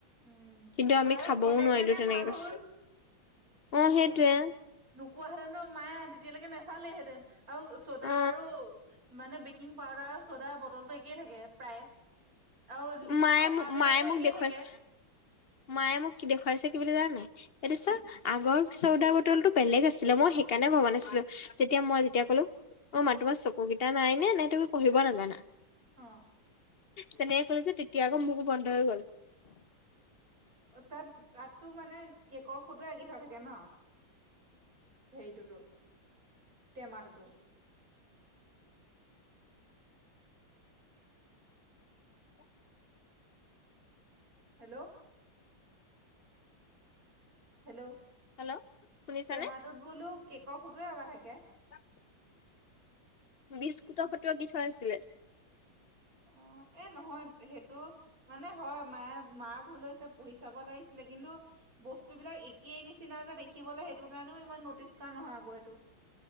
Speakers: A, on the left (about 40°); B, on the right (about 45°).
A: <inaudible>
B: উম
A: কিন্তু আমি
B: আৰু
A: খাবও
B: ক'লে
A: নোৱাৰিলো
B: কাৰণে
A: তেনেকে
B: ভাল
A: কৈছে।
B: হ'ল।
A: অঁ! সেইটোৱেই। <inaudible>
B: নোকোৱাহেতেন ন মায়ে তেতিয়ালৈকে নাচালেহেঁতেন আৰু চদা
A: অ
B: আৰু <inaudible> মানে বেকিং পাউদাৰৰ চ'দাৰ বটলটো একেই থাকে প্ৰায়। <inaudible> আৰু লিখি
A: মায়ে
B: অঁকা
A: মোক
B: বিলাকো
A: মায়ে মোক
B: একেই
A: দেখুৱাইছে।
B: থাকে।
A: <unintelligible> মায়ে মোক কি দেখুৱাইছে কি বুলি জানানে নাই? এইটো
B: কি
A: চোৱা। <unintelligible> আগৰ চৌদা বটলটো বেলেগ আছিলে মই সেইকাৰণে ভবা নাছিলো। তেতিয়া মই যেতিয়া কলো <inaudible> অ মা তোমাৰ চকুকেইটা নাই নে নে তুমি পঢ়িব নাজানা? <unintelligible>
B: অঁ! <inaudible>
A: তেনেকে কলো যে তেতিয়া আকৌ মুখ বন্ধ হৈ গ'ল। <inaudible>
B: অ তাত-তাততো মানে কেকৰ ফটোৱে আকি থোৱা থাকে ন? <unintelligible> হেৰিটোতো, টেমাটোতো। <inaudible>
A: <inaudible>
B: হেল্ল'! <inaudible> <inaudible> হেল্ল'!
A: হেল্ল' শুনিছানে
B: টেমাটোত বো <unintelligible> বোলো কেকৰ ফটোৱে অঁকা থাকে? <unintelligible>
A: <inaudible> বিস্কুটৰ ফটো আকি থোৱা আছিলে। <inaudible>
B: অঁ! এ নহয় সেইটো মানে হয় মায়ে মাৰ ভুল হৈছে। <unintelligible> পঢ়ি চাব লাগিছিলে কিন্তু <inaudible> বস্তুবিলাক একেই নিচিনা যে দেখিবলৈ সেইটোৰ কাৰণেও ইমান নটিচ কৰা নহয় আকৌ সেইটো। <inaudible>